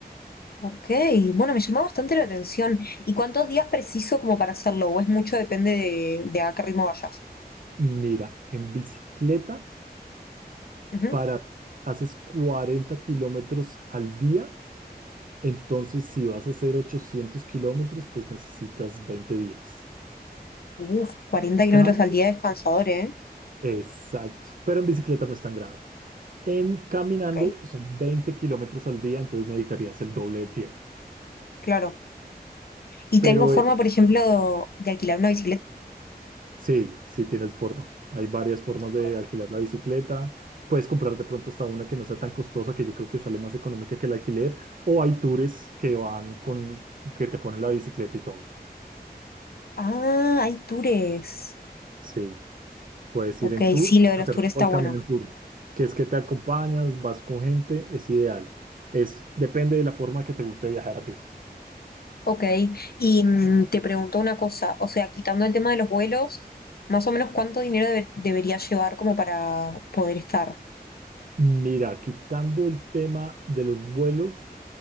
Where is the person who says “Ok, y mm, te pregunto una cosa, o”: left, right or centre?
Left